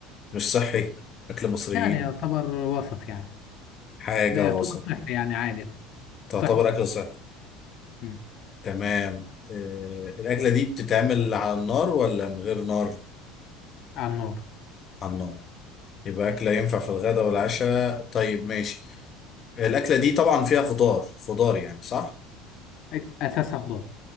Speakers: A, on the left; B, on the left.
A: مش صحي اكل مصريين
B: يعني يعتبر وسط يعني
A: حاجه
B: لا يعتبر
A: وسط
B: صحي يعني عادي أوي
A: تعتبر
B: صحي
A: اكل صحي
B: مم.
A: تمام آه، الاكله دي بتتعمل على النار ولا من غير نار
B: على النار
A: على النار يبقى اكله ينفع في الغداء والعشاء طيب ماشي الاكله دي طبعا فيها خضار خضار يعني صح
B: أك- اساسها خضار